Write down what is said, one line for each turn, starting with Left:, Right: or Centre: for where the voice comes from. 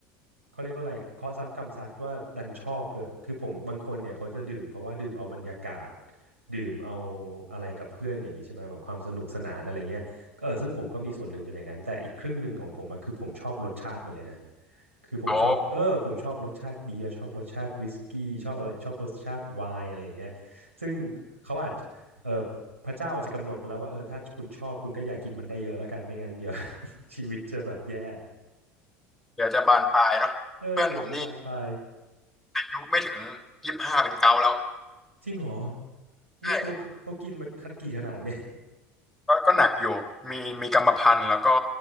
Right: เขาเรียกว่าอะไรเคาะซ้ำกรรมซัดว่าดันชอบด้วยคือผมบางคนเนี่ยเขาจะดื่มเพราะว่าดื่มเอาบรรยากาศดื่มเอาอะไรกับเพื่อนอย่างนี้ใช่ไหมแบบความสนุกสนานอะไรเงี้ยก็เออซึ่งผมก็มีส่วนหนึ่งเป็นอย่างนั้นแต่อีกครึ่งหนึ่งของผมอะคือผมชอบรสชาติมันเลยนะ คือผมชอบเออผมชอบรสชาติเบียร์ชอบรสชาติวิสกี้ชอบอะไรชอบรสชาติไวน์อะไรอย่างเงี้ย
Centre: โอ้
Right: ซึ่งเขาอาจเออพระเจ้าอาจจะกำหนดมาแล้วว่าเออถ้าคุณชอบคุณก็อย่ากินมันได้เยอะแล้วกันไม่งั้นเดี๋ยว <laughs> ชีวิตจะแบบแย่
Centre: เดี๋ยวจะบานปลายเนาะเพื่อนผมนี่
Right: เออเดี๋ยวจะบานปลาย
Centre: อายุไม่ถึงยี่สิบห้าเป็นเกาแล้ว
Right: จริงเหรอนี่เขาเขากินมากี่ขนาดเนี่ย
Centre: ใช่ก็ก็หนักอยู่มีมีกรรมพันธุ์แล้วก็